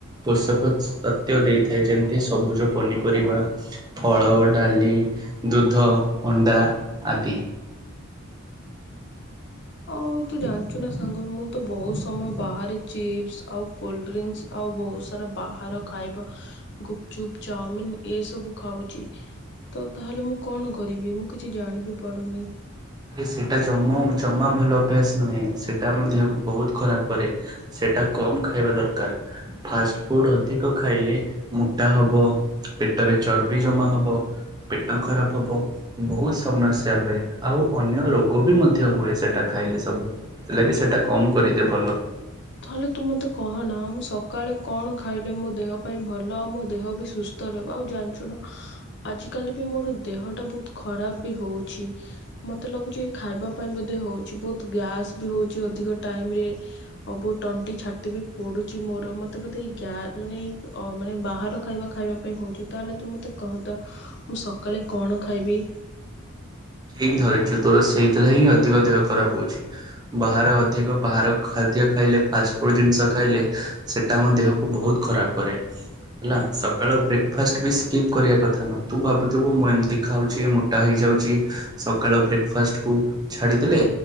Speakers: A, on the right (about 20°); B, on the left (about 50°).
A: ପୋଷକ ତଥ୍ୟ ଦେଇ ଥାଏ ଯେମିତି ସବୁଜ ପନିପରିବା। ଫଳ, ଡାଲି, ଦୁଧ, ଅଣ୍ଡା ଆଦି। <inaudible>
B: ଆଉ ତୁ ଜାଣିଛୁ ନା ସାଙ୍ଗ ମୁଁ ତ ବହୁତ ସମୟ ବାହାରେ ଚିପ୍ସ ଆଉ କୋଲଡ୍ରିଙ୍କସ୍ ଆଉ ବହୁତ ସାରା ବାହାର ଖାଇବା ଗୁପଚୁପ୍ ଚାଉମିିନ ଏସବୁ ଖାଉଛି। ତ ତାହେଲେ ମୁଁ କଣ କରିବି? ମୁଁ କିଛି ଜାଣିବି ପଡୁନି।
A: ଆରେ ସେଇଟା ଜମ ଜମା ଭଲ ଅଭ୍ୟାସ ନୁହେଁ। ସେଇଟା ଆମ ଦେହକୁ ବହୁତ ଖରାପ କରେ। ସେଟା କମ ଖାଇବା ଦରକାର। ଫାଷ୍ଟ ଫୁଡ ଅଧିକ ଖାଇଲେ ମୋଟା ହବ ପେଟରେ ଚର୍ବି ଜମା ହବ। ପେଟ ଖରାପ ହବ। ବହୁତ ସମସ୍ୟା ହୁଏ। ଆଉ ଅନ୍ୟ ରୋଗ ବି ମଧ୍ୟ ହୁଏ ସେଇଟା ଖାଇଲେ ସବୁ। ଯେଥିଲାକି ସେଇଟା କମ୍ କରିଦିଏ ଭଲ।
B: ତାହେଲେ ତୁ ମତେ କହନା ମୁଁ ସକାଳେ କଣ ଖାଇଲେ ମୋ ଦେହ ପାଇଁ ଭଲ ଆଉ ମୋ ଦେହ ବି ସୁସ୍ ର ରହିବ ଆଉ ଜାଣିଛୁ ନା ଆଜିକାଲି ବି ମୋର ଦେହଟା ବହୁତ ଖରାପ ବି ହଉଛି। ମତେ ଲାଗୁଛି ଖାଇବା ପାଇଁ ବୋଧେ ହଉଛି ବହୁତ ଗ୍ୟାସ୍ ବି ହଉଛି ଅଧିକ ଟାଇମରେ। ଅବ ତଣ୍ଟି ଛାଟି ବି ପୋଡୁଛି ମୋର ମତେ ବୋଧେ ଏ ଗ ମାନେ ଏଇ ମାନେ ବାହାର ଖାଇବା ଖାଇବା ହେଉଛି ତାହେଲେ ତୁ ମୋତେ କହ ତ ମୁଁ ସକାଳେ କଣ ଖାଇବି?
A: ହେକି ଧରିଛୁ ତୋର ସେଇଥିଲା ହିଁ ଅଧିକ ଦେହ ଖରାପ ହଉଛି। ବାହାର ଅଧିକ ବାହାର ଖାଦ୍ୟ ଖାଇଲେ ଫାଷ୍ଟଫୁଡ ଜିନିଷ ଖାଇଲେ ସେଟା ଆମ ଦେହକୁ ବହୁତ ଖରାପ କରେ। ହେଲା ସକାଳ ବ୍ରେକଫାଷ୍ଟ ବି ସ୍କିପ୍ କରିବା କଥା ନୁହଁ ତୁ ଭାବୁଥିବୁ ମୁଁ ଏମିତି ଖାଉଛି ମୋଟା ହେଇଯାଉଛି ସକାଳ ବ୍ରେକଫାଷ୍ଟ କୁ ଛାଡିଦେଲେ